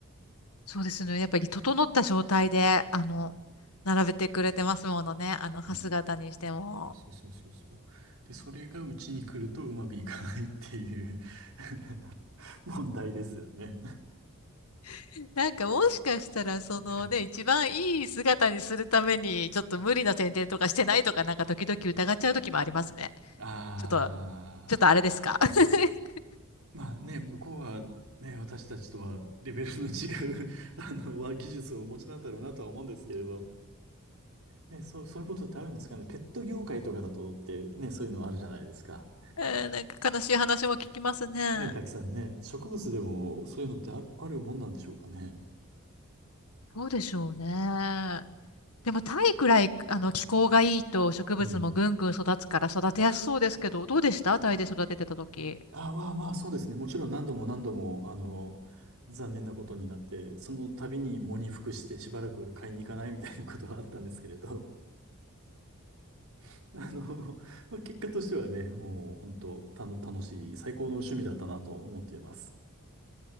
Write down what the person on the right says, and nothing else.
うんそうそうそうそうそう。で、それがうちに来るとうまくいかないっていう <laughs> 問題ですよね。
<laughs>
ああ、
まあね、向こうはね、私たちとはレベルの違う <laughs> あの、は技術をお持ちなんだろうなとは思うんですけれど。ね、そう、そういうことってあるんですかね。ペット業界とかだとってね、そういうのあるじゃないですか。
ね、たくさんね、植物でもそういうのってある、あるもんなんでしょうかね。
うん。
あ、まあまあ、そうですね。もちろん何度も何度も、あの、残念なことになって、その度に喪に服してしばらく買いに行かないみたいなことはあったんですけれど、<laughs> あの、まあ、結果としてはね、もう本当たの、楽しい、最高の趣味だったなと思っています。